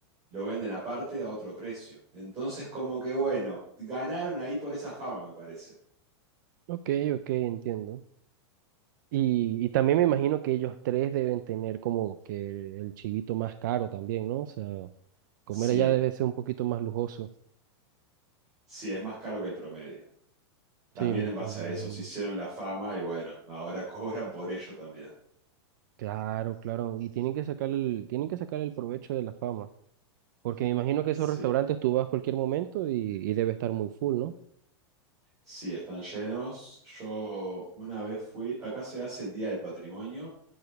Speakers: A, on the right; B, on the right.
A: lo venden aparte a otro precio. Entonces, como que bueno, ganaron ahí por esa fama, me parece.
B: Ok, ok, entiendo. Y, y también me imagino que ellos tres deben tener como que el chivito más caro también, ¿no? O sea, comer
A: Sí,
B: allá debe ser un poquito más lujoso.
A: sí, es más caro que el promedio. También
B: Sí, me,
A: en
B: me
A: base
B: lo
A: a
B: imagino.
A: eso, se hicieron la fama y bueno, ahora <laughs> cobran por ello también.
B: Claro, claro, y tienen que sacar el, tienen que sacar el provecho de la fama, porque me imagino que
A: Sí,
B: esos restaurantes tú vas a cualquier momento y, y debe estar muy full, ¿no?
A: sí, están llenos. Yo una vez fui, acá se hace el Día del Patrimonio,